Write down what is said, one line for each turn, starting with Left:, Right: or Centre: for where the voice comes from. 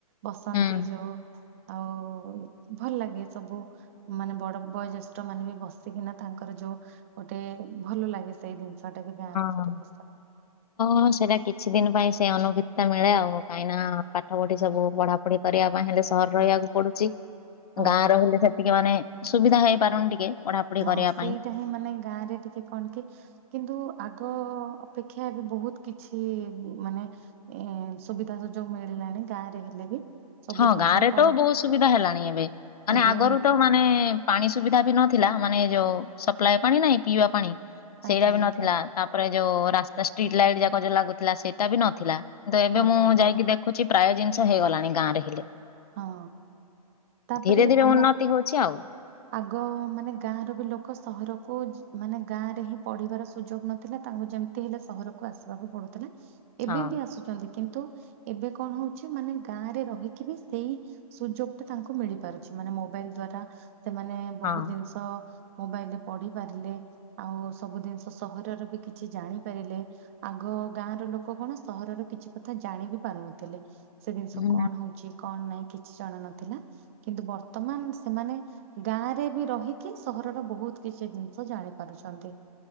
Right: ବସନ୍ତି
Left: ହୁଁ
Right: ଯୋଉ ଆଉ ଭଲ ଲାଗେ ସବୁ। ମାନେ ବଡ ବୟୋଜ୍ୟେଷ୍ଠ ମାନେ ବି ବସିକିନା ତାଙ୍କର ଯୋଉ ଗୋଟେ ଭଲ ଲାଗେ ସେଇ ଦିନ ଛୁଆଟା ବି ଗାଁର।
Left: ହଁହଁ
Right: ପରିବେଶ।
Left: ହଁ ସେରା କିଛି ଦିନ ପାଇଁ ସେ ଅନୁଭୂତି ଏଟା ମିଳେ ଆଉ କାହିଁକି ନା ପାଠ ପୁଠି ସବୁ ପଢା ପଢି କରିବା ପାଇଁ ହେଲେ ସହର ରହିବାକୁ ପଡୁଛି।
Right: ହଁ
Left: ଗାଁ ରହିଲେ ସେତିକି ମାନେ ସୁବିଧା ହେଇପାରୁନି ଟିକେ। ପଢାପଢି
Right: ହଁ
Left: କରିବା
Right: ସେଇଟା
Left: ପାଇଁ
Right: ହିଁ ମାନେ ଗାଁ ରେ ଟିକେ କଣ କି କିନ୍ତୁ ଆଗ ଅପେକ୍ଷା ବି ବହୁତ କିଛି ମାନେ ଏ ସୁବିଧା ସୁଯୋଗ ମିଳିଲାଣି ଗାଁରେ ହେଲେ ବି। ସବୁ
Left: ହଁ
Right: ଜିନିଷ
Left: ଗାଁ ରେ
Right: କଣ
Left: ତ ବହୁତ ସୁବିଧା ହେଲାଣି ଏବେ ମାନେ
Right: ଏବେ
Left: ଆଗରୁ
Right: ନେ
Left: ତ ମାନେ ପାଣି ସୁବିଧା ବି ନଥିଲା ମାନେ ଯୋଉ ସପ୍ଲାଏ ପାଣି ନାଇଁ ପିଇବା ପାଣି। ସେଇରା
Right: ଆଜ୍ଞା
Left: ବି
Right: ଆଜ୍ଞା
Left: ନଥିଲା ତାପରେ ଯୋଉ ରାସ୍ତା ଷ୍ଟ୍ରିଟ ଲାଇଟ୍ ଯାକ ଯୋଉ ଲାଗୁଥିଲା ସେଇଟା ବି ନଥିଲା। ତ ଏବେ
Right: ଆଜ୍ଞା
Left: ମୁଁ ଯାଇକି ଦେଖୁଛି ପ୍ରାୟ ଜିନିଷ ହେଇଗଲାଣି ଗାଁରେ ହେଲେ।
Right: ହଁ ତାପରେ
Left: ଧୀରେ ଧୀରେ
Right: ଆମ
Left: ଉନ୍ନତି ହଉଛି ଆଉ।
Right: ଆଗ ମାନେ ଗାଁର ବି ଲୋକ ସହରକୁ ମାନେ ଗାଁ ରେ ହିଁ ପଢିବାର ସୁଯୋଗ ନଥିଲା ତାଙ୍କୁ ଯେମ ତି ହେଲେ ସହରକୁ ଆସିବାକୁ ପଡୁଥିଲା। ଏବେ
Left: ହଁ
Right: ବି ଆସୁଛନ୍ତି କିନ୍ତୁ ଏବେ କଣ ହଉଛି ମାନେ ଗାଁରେ ରହିକି ବି ସେଇ ସୁଯୋଗ ଟା ତାଙ୍କୁ ମିଳି ପାରୁଛି ମାନେ ମୋବାଇଲ ଦ୍ଵାରା ସେମାନେ ବହୁତ
Left: ହଁ
Right: ଜିନିଷ ମୋବାଇଲରେ ପଢି ପାରିଲେ। ଆଉ ସବୁ ଜିନିଷ ସହରର ବି କିଛି ଜାଣିପାରିଲେ। ଆଗ ଗାଁ ର ଲୋକ କଣ ସହରର କିଛି କଥା ଜାଣି ବି ପାରୁନଥିଲେ। ସେ ଜିନିଷ
Left: ହୁଁ
Right: କଣ ହଉଛି କଣ ନାଇଁ କିଛି ଜଣା ନଥିଲା କିନ୍ତୁ ବର୍ତ୍ତମାନ ସେମାନେ ଗାଁ ରେ ବି ରହିକି ସହରର ବହୁତ କିଛି ଜିନିଷ ଜାଣିପାରୁଛନ୍ତି‌।